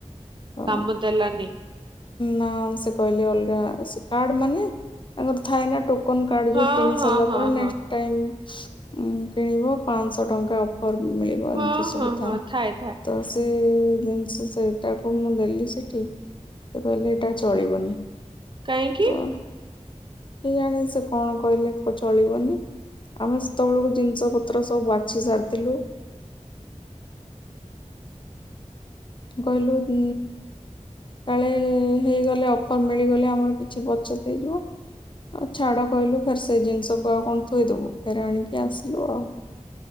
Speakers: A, on the left; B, on the right.
A: ତ
B: କାମ ଦେଲାନି।
A: ନା ସେ କହିଲେ ଅଲଗା ସେ କାର୍ଡ ମାନେ ତାଙ୍କର ଥାଏ ନା ଟୋ ଟୋକନ କାର୍ଡ଼
B: ହଁ
A: ଯେଉଁ କିଣି
B: ହଁ
A: ସାରିଲା
B: ହଁ
A: ପରେ ନେକ୍ସଟ
B: ହଁ
A: ଟାଇମ୍ କିଣିବ ପାଞ୍ଚଶହ ଟଙ୍କା ଅଫର ମିଳିବ
B: ହଁ
A: ଏମନ୍ତି ସବୁ
B: ହଁ
A: ଥାଏ।
B: ହଁ ଥାଏ
A: ତ ସେ ଜିନିଷ ସେଇଟାକୁ ମୁଁ ଦେଲି ସେଇଠି। ସେ କହିଲେ ଏଇଟା ଚଳିବନି।
B: କାହିଁକି?
A: ହଁ କେଜାଣି ସେ କଣ କହିଲେ ଚଳିବନି। ଆମେ ସେତେବେଳକୁ ଜିନିଷ ପତ୍ର ସବୁ ବାଛି ସାରିଥିଲୁ। କହିଲୁ ଉ କାଳେ ହେଇଗଲେ ଅଫର୍ ମିଳିଗଲେ ଆମର କିଛି ବଚତ ହେଇଯିବ। ହ ଛାଡ଼ କହିଲୁ ଫେର୍ ସେଇ ଜିନିଷକୁ ଆଉ କଣ ଥୋଇଦେବୁ ଫେର୍ ଆଣିକି ଆସିଲୁ ଆଉ।